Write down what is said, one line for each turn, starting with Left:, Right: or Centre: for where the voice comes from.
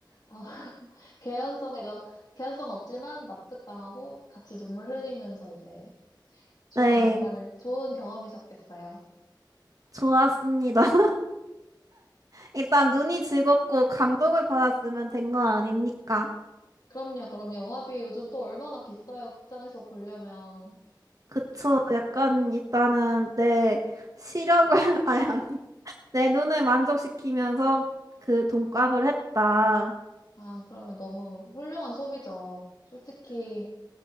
Left: 아, <laughs> 개연성에 납, 개연성 없지만 납득당하고 같이 눈물 흘리면서 이제 좋은
Right: 네,
Left: 영화를, 좋은 경험이셨겠어요.
Right: 좋았습니다. <laughs> 일단 눈이 즐겁고 감동을 받았으면 된 거 아닙니까?
Left: 그럼요, 그럼 영화비 요즘 또 얼마나 비싸요, 극장에서 보려면.
Right: 그쵸. 약간 일단은 내 시력을, <laughs> 아니, 아니. 내 눈을 만족시키면서 그 돈값을 했다.
Left: 아, 그러면 너무 훌륭한 소비죠. 솔직히,